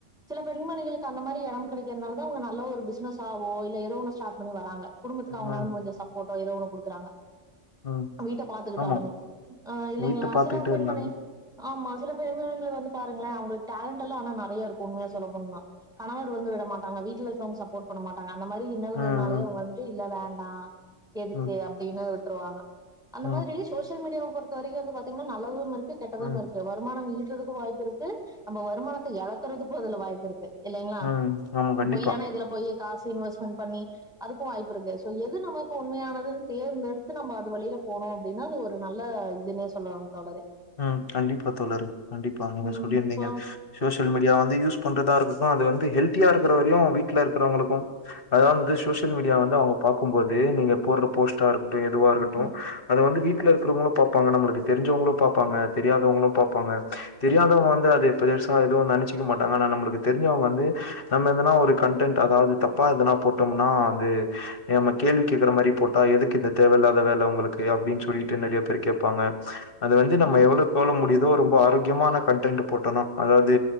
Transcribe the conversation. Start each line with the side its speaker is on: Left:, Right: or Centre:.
Centre: சில பெண்மணிகளுக்கு அந்த மாரி இடம் கிடைக்கிறதுனால தான் உங்களுக்கு நல்ல ஒரு பிசினஸ் ஆவோ எதோ ஒன்னு ஸ்டார்ட் பண்ணி வராங்க குடும்பத்து அவுங்களால
Left: ம்
Centre: முடிஞ்ச சப்போர்ட் ஏதோ ஒன்னு குடுக்குறாங்க
Left: ம்
Centre: வீட்ட பாத்துக்கிட்டாலுமே
Left: ஆமா
Centre: அ இல்லைங்களா?
Left: வீட்ட பாத்துக்கிட்டே
Centre: சில பெண்மணி
Left: இருந்தாங்க
Centre: ஆமா சில பெ வந்து பாருங்கள அவுங்க டேலண்ட்ல்லாம் ஆனா நறைய இருக்கும் உண்மையா சொல்லண்ணும்னா கணவர் வந்து விட மாட்டாங்க வீட்டுல இருக்கவங்க சப்போர்ட் பண்ண மாட்டாங்க அந்த மாரி இன்னல்கள்னாலே
Left: ம் ம்
Centre: அவுங்க வந்துட்டு இல்ல வேண்ட ஆ எதுக்கு
Left: ம்
Centre: அப்டின்னு விட் விட்ருவாங்க அந்த
Left: ம்
Centre: மாரி சோசியல் மீடியா பொறுத்த வரைக்கும் வந்து பாத்திங்கன்னா நல்லதும் இருக்கு கெட்டதும்
Left: ம்
Centre: இருக்கு வருமானம் ஈட்டு க்கும் வாய்ப்பு இருக்கு நம்ம வருமானத்த இழக்குறதுக்கும் வாய்ப்பு இருக்கு இல்லைங்களா
Left: ம் ஆமா கண்டிப்பா
Centre: பொய்யானா இதுல போய் காசு இன்வெஸ்ட்மெண்ட் பண்ணி அதுக்கும் வாய்ப்பு இருக்கு எது நமக்கு உண்மையானதுனு தேர்ந்தெடுத்து நம்ம அது வழியில போனோம் அப்டின்னா அது ஒரு நல்ல இதுனு சொல்லாம் தோழரே
Left: ம். கண்டிப்பா தோழரே. கண்டிப்பா நீங்க
Centre: ம்
Left: சொல்லியிருந்தீங்க
Centre: இப்போ
Left: சோசியல் மீடியா வந்து யூஸ் பண்றதா இருக்கு அது வந்து ஹெல்தியா இருக்கிற வரையும் வீட்ல இருக்கிறவங்களுக்கும் அதந்து சோசியல் மீடியா வந்து அவுங்க பாக்கும்போது நீங்க போடுற போஸ்ட்டா இருக்கட்டும் எதுவா இருக்கட்டும்
Centre: ம்
Left: அது வந்து வீட்ல இருக்க வங்களும் பாப்பாங்களும் நம்மளுக்கு தெரிஞ்சவங்களும் பாப்பாங்க தெரியாதவங்களும் பாப்பாங்க தெரியாதவங்க வந்து அது பெரிசா எதுவும் நனுச்சிக்க மாட்டாங்க ஆனா நம்மளுக்கு தெரிஞ்சவங்க வந்து நம்ம எதுனா ஒரு கன்டென்ட் அதாவது தப்பா எதுனா போட்டோம்னா வந்து நம்ம கேள்வி கேக்குற மாரி போட்டா எதுக்கு இந்த தேவையில்லாத வேல உங்களுக்கு அப்பிடின்னு சொல்லிட்டு நறைய பேர் கேப்பாங்க அது வந்து நம்ம
Centre: ம்
Left: எவ்ளோவுக்கெவ்வளோ முடியுமோ ஏதோ ரொம்ப ஆரோக்கியமான கண்டன்ட் போட்டோ நம் அதாவது